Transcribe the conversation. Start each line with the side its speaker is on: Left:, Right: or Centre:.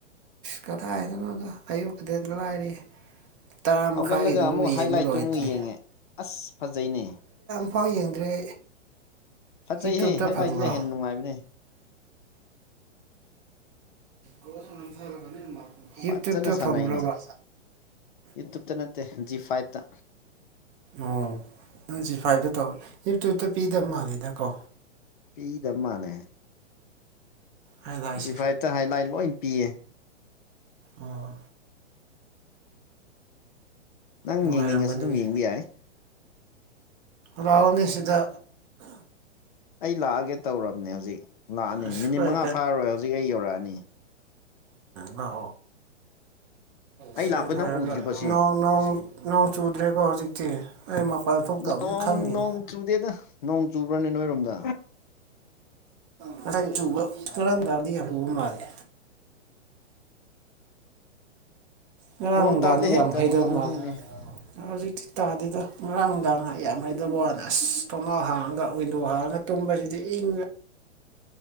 Right: ꯀꯗꯥꯏ ꯍꯥꯏꯗꯣꯏꯅꯣꯗꯣ ꯑꯌꯨꯗꯦꯟꯒ ꯂꯥꯏꯔꯤ ꯇꯔꯥ ꯃꯈꯥꯏꯒꯤꯗꯨꯁꯨ
Left: ꯍꯧꯒꯠꯂꯒ ꯑꯃꯨꯛ
Right: ꯌꯦꯡꯕ
Left: ꯍꯥꯏꯂꯥꯏꯠꯇꯨ
Right: ꯂꯣꯏꯗ꯭ꯔꯤ
Left: ꯑꯃꯨꯛ ꯌꯦꯡꯉꯦ ꯑꯁ ꯐꯖꯩꯅꯦ
Right: ꯑꯐ ꯌꯦꯡꯗ꯭ꯔꯦ
Left: ꯐꯆꯩꯍꯦ
Right: ꯌꯨꯇ꯭ꯌꯨꯕꯇ
Left: ꯍꯥꯏ
Right: ꯐꯪꯕ꯭ꯔꯣ
Left: ꯂꯥꯏꯏꯗꯨꯅ ꯍꯦꯟꯅ ꯅꯨꯡꯉꯥꯏꯕꯅꯦ
Right: <unintelligible> ꯌꯨꯇ꯭ꯌꯨꯕꯇ
Left: ꯐꯖꯅ ꯁꯥꯟꯅꯩꯅꯦ
Right: ꯐꯪꯕ꯭ꯔꯕ
Left: ꯌꯨꯇꯨꯕꯇ ꯅꯠꯇꯦ ꯖꯤ ꯐꯥꯏꯚꯇ
Right: ꯑꯣ ꯅꯪ ꯁꯤ ꯐꯥꯏꯚꯇ ꯇꯧꯋꯦ ꯌꯨꯇꯌꯨꯕꯇ ꯄꯤꯗꯕ ꯃꯥꯜꯂꯦꯗꯀꯣ
Left: ꯄꯤꯗꯕ ꯃꯥꯅꯦ
Right: ꯑꯩ ꯂꯥꯛꯏꯁꯦ
Left: ꯖꯤꯐꯥꯏꯠꯇ ꯍꯥꯏ ꯂꯥꯏ ꯂꯣꯏ ꯄꯤꯌꯦ
Right: ꯑꯣ
Left: ꯅꯪ
Right: ꯅꯨꯡꯉꯥꯏꯔꯝꯒꯅꯤꯅꯦ
Left: ꯌꯦꯡꯅꯤꯡꯉꯁꯨ ꯑꯗꯨꯝ ꯌꯦꯡꯕ ꯌꯥꯏ
Right: ꯂꯥꯎꯅꯤꯁꯤꯗ
Left: ꯑꯩ ꯂꯥꯛꯑꯒꯦ ꯇꯧꯔꯕꯅꯦ ꯍꯧꯖꯤꯛ ꯂꯥꯛꯑꯅꯤ
Right: ꯑꯩꯈꯣꯏ
Left: ꯃꯤꯅꯤꯠ ꯃꯉꯥ ꯐꯥꯔꯣꯏ ꯍꯧꯖꯤꯛ ꯑꯩ ꯌꯧꯔꯛꯑꯅꯤ
Right: ꯗ
Left: ꯑꯩ
Right: ꯁꯤ
Left: ꯂꯥꯛꯄ
Right: ꯂꯩꯔꯒ
Left: ꯅꯪ ꯎꯗ꯭ꯔꯤꯕꯁꯤ
Right: ꯅꯣꯡ ꯆꯨꯗ꯭ꯔꯦꯀꯣ ꯍꯧꯖꯤꯛꯇꯤ ꯑꯩ ꯃꯄꯥꯟ ꯊꯣꯛꯇꯕꯅꯤ
Left: ꯅꯣꯡ
Right: ꯈꯪꯗꯦꯅꯤ
Left: ꯅꯣꯡ ꯆꯨꯗꯦꯗ ꯅꯣꯡ ꯆꯨꯕ꯭ꯔꯅꯦ ꯅꯣꯏꯔꯣꯝꯗ
Right: ꯉꯁꯥꯏ ꯆꯨꯕ ꯉꯥ ꯔꯥꯡ ꯇꯕꯗꯤ ꯌꯥꯝ ꯂꯨꯕ ꯃꯥꯜꯂꯦ ꯉꯔꯥꯡ
Left: ꯅꯣꯡ
Right: ꯅꯨꯡꯗꯥꯡꯗꯤ
Left: ꯇꯥꯗꯦꯍꯦ
Right: ꯌꯥꯝ
Left: ꯀꯔꯤꯅꯣ
Right: ꯍꯩꯗꯕ ꯃꯥꯜꯂꯦ
Left: ꯈꯪꯗꯦ
Right: ꯍꯧꯖꯤꯛꯇꯤ ꯇꯥꯗꯦꯗ ꯉꯔꯥꯡꯗꯥꯡ ꯌꯥꯝ ꯍꯩꯗꯕ ꯋꯥꯅ ꯑꯁ ꯊꯣꯡꯅꯥꯎ ꯍꯥꯡꯉꯒ ꯋꯤꯟꯗꯣ ꯍꯥꯡꯉꯒ ꯇꯨꯝꯕꯁꯤꯗꯤ ꯏꯪꯉꯦ